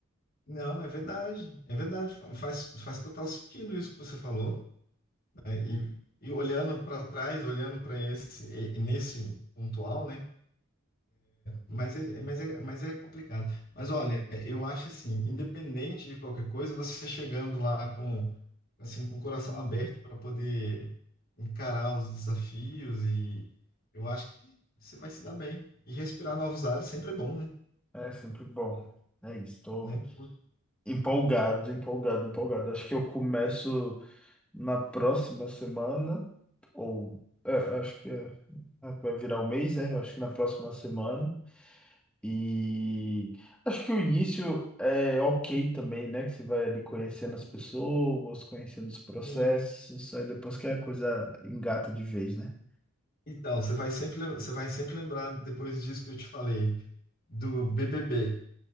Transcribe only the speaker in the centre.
É sempre bom. É isso, estou
empolgado, empolgado, empolgado. Acho que eu começo na próxima semana, ou é, acho que é, vai virar o mês, é, acho que na próxima semana. E acho que o início é ok também, né? Que você vai ali conhecendo as pessoas, conhecendo os processos,
aí depois que a coisa engata de vez, né?